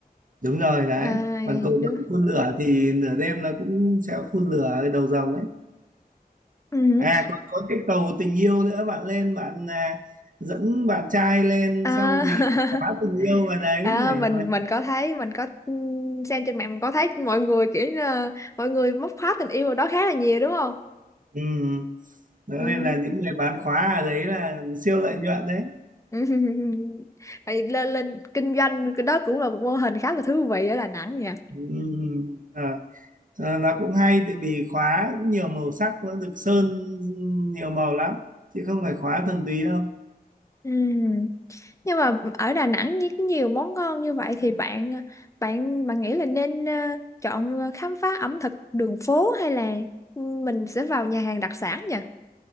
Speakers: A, on the right (about 55°); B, on the left (about 20°).
A: đúng rồi đấy
B: À,
A: còn cầu
B: đúng.
A: rồng phun lửa thì nửa đêm nó cũng sẽ phun lửa cái đầu rồng ấy
B: Ừ.
A: à còn có cái cầu tình yêu nữa bạn lên bạn à, dẫn bạn trai lên
B: À,
A: xong thì
B: <laughs>
A: khóa tình yêu vào đấy
B: À,
A: để
B: mình
A: mà
B: mình có thấy mình có ừ, xem trên mạng mình có thấy mọi người kiểu như là mọi người móc khóa tình yêu ở đó khá là nhiều đúng không?
A: ừ. Đó
B: Ừ.
A: nên là những người bán khóa ở đấy là siêu lợi nhuận đấy
B: <laughs> Tại lên lên kinh doanh cái đó cũng là một mô hình khá là thú vị ở Đà Nẵng nha.
A: Ừm, à, à, là cũng hay tại vì khóa cũng nhiều màu sắc nó được sơn nhiều màu lắm chứ không phải khóa thuần túy đâu
B: Ừ. Nhưng mà ở Đà Nẵng như có nhiều món ngon như vậy thì bạn ờ, bạn bạn nghĩ là nên ờ, chọn ờ, khám phá ẩm thực đường phố hay là ừ, mình sẽ vào nhà hàng đặc sản nhỉ?